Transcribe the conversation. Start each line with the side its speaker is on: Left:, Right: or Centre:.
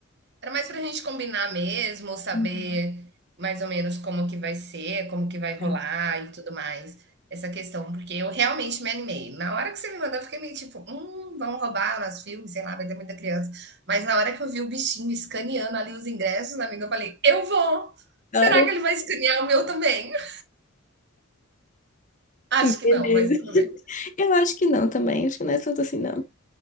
Right: Era mais pra gente combinar mesmo, saber
Left: Uhum.
Right: mais ou menos como que vai ser, como que vai rolar
Left: Tá.
Right: e tudo mais. Essa questão, porque eu realmente me animei. Na hora que você me mandou, eu fiquei meio tipo, hum, vão roubar nosso filme, sei lá, vai ter muita criança. Mas na hora que eu vi o bichinho escaneando ali os ingressos, amiga, eu falei, eu vou! Será
Left: Hora?
Right: que ele vai escanear o meu também? <laughs> Acho
Left: Beleza.
Right: que não, mas tudo
Left: <laughs>
Right: bem.
Left: Eu acho que não também. Acho que não é tanto assim, não.